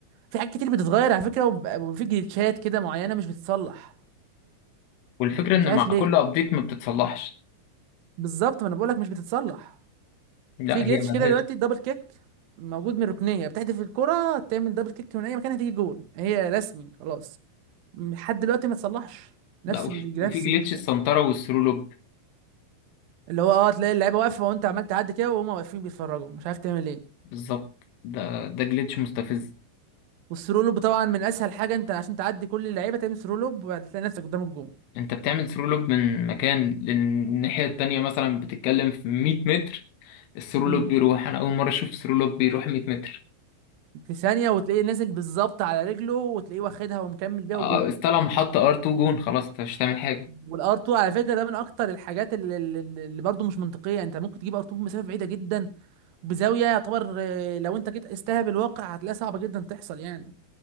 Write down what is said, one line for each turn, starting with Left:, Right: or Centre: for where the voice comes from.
Right: في حاجات كتير بتتغير على فكره وب- وفي جليتشات كده معينه مش بتتصلح
Left: والفكرة
Right: يعني
Left: ان
Right: مش عارف
Left: مع كل
Right: ليه
Left: ابديت ما بتتصلحش
Right: بالظبط ما انا بقولك مش بتتصلح
Left: لا
Right: في جليتش
Left: هي ملهاش
Right: كده دلوقتي دبل كيك موجود من ركنيه بتحدف الكره تعمل دبل كيك من اي مكان هتيجي جون هي رسمي خلاص لحد دلوقتي ما تصلحش نفس
Left: لا وفي,
Right: ال-
Left: وفي
Right: نفس
Left: جليتش
Right: المشكله
Left: السنترة والثرو لوب
Right: اللي هو اه تلاقي اللعيبه واقفه وانت عمال تعدي كده وهم واقفين بيتفرجوا مش عارف تعمل ايه
Left: بالظبط ده ده جليتش مستفز
Right: والثرو لوب طبعا من اسهل حاجه انت عشان تعدي كل اللعيبه تعمل ثرو لوب وهتلاقي نفسك قدام الجون
Left: انت بتعمل ثرو لوب من مكان للناحية التانية مثلا بتتكلم في 100 متر الثرو
Right: امم
Left: لوب بيروح انا اول مرة اشوف ثرو لوب بيروح 100 متر
Right: في ثانيه وتلاقيه نازل بالظبط على رجله وتلاقيه واخدها ومكمل بيها
Left: اه
Right: وجون
Left: استلم حط ار 2 جون خلاص انت مش هتعمل حاجة
Right: والار 2 على فكره ده من اكتر الحاجات اللي, اللي اللي برضه مش منطقيه انت ممكن تجيب ار 2 بمسافه بعيده جدا بزاويه يعتبر آه، لو انت جيت استهب الواقع هتلاقيها صعبه جدا تحصل يعني